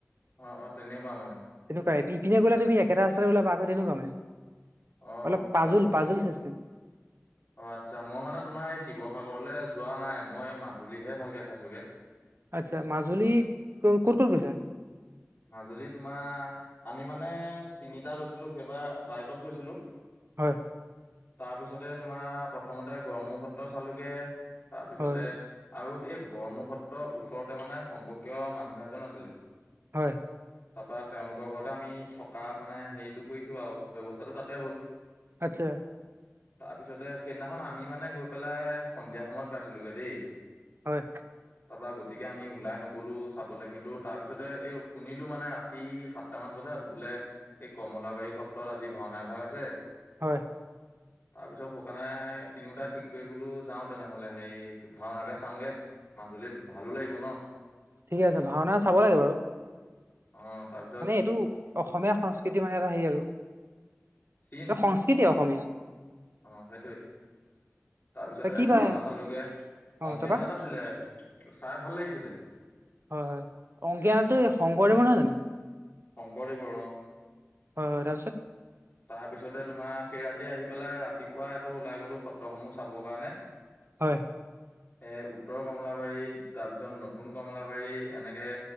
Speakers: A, on the left; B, on the right.
A: অ' অ'! তেনেকোৱা মানে।
B: তেনেকুৱাই। ইপিনে গলে তুমি একেটা ৰাস্তাতে ওলাবা আকৌ, তেনেকুৱা মানে।
A: অ'
B: অলপ
A: তলাতল
B: পাজোল পাজোল
A: ঘম।
B: চিষ্টেম
A: অ' আচ্ছা। মই মানে তোমাৰ এই শিৱসাগৰলৈ যোৱা নাই, মই মাজুলীহে ভালকে চাইছোঁগে।
B: আচ্ছা, মাজুলী ক- ক'ত - ক'ত গৈছা?
A: মাজুলী তোমাৰ আমি মানে তিনিটা গৈছিলোঁ, সেইবাৰ বাইকত গৈছিলোঁ।
B: হয়।
A: তাৰপিছতে তোমাৰ প্ৰথমতে গড়মূৰ সত্ৰ চালোগে, তাৰপিছতে
B: হয়
A: আৰু এই গড়মূৰ সত্ৰৰ ওচৰতে মানে সম্পৰ্কীয় মানুহ এজন আছিলে।
B: হয়।
A: তাৰপৰা তেওঁলোকৰ ঘৰতে আমি থকা মানে হেৰিটো কৰিছোঁ আৰু, ব্যৱস্থাটো তাতে হ'ল।
B: আচ্ছা।
A: তাৰপিছতে সেইদিনাখন আমি মানে গৈ পেলাই সন্ধিয়া সময়ত পাইছিলোগে দেই।
B: হয়।
A: তাৰপৰা গতিকে আমি ওলাই নগলো চাবলে। কিন্তু তাৰপিছতে এই শুনিলোঁ মানে ৰাতি সাতটা মান বজাত, বোলে এই কমলাবাৰী সত্ৰত আজি ভাওনা এভাগ আছে।
B: হয়।
A: <unintelligible> তাৰপিছত শুকানে তিনিওটাই ঠিক কৰি বোলো যাওঁ তেনেহলে, সেই কি- ভাওনাকে চাওঁগে। মাজুলীত ভালো লাগিব ন'।
B: ঠিক আছে। ভাওনা চাব লাগে বাৰু।
A: অ' তাৰ পিছত
B: মানে এইটো অসমীয়া সংস্ কৃতি মানে এটা হেৰি আৰু।
A: চীন
B: এ সংস্কৃতি অসমীয়া।
A: অ' সেইটোৱে। তাৰপিছতে
B: তই কি
A: ভাওনা
B: ভা
A: চালোঁগে।
B: অ
A: অংকীয়া
B: তাৰপা
A: নাট আছিলে। চাই ভাল লাগিছিলে।
B: হয় - হয়। অংকীয়াটো এই শংকৰদেৱৰ নহয় জানো?
A: শংকৰদেৱৰ অ'।
B: হয় - হয়, তাৰপিছত?
A: তাৰপিছতে তোমাৰ সেই ৰাতি আহি পেলাই ৰাতিপুৱাই আকৌ ওলাই গ'লো সত্ৰসমূহ চাবৰ কাৰণে।
B: হয়
A: এ উত্তৰ কমলাবাৰীত তাৰপিছত নতুন কমলাবাৰী, এনেকে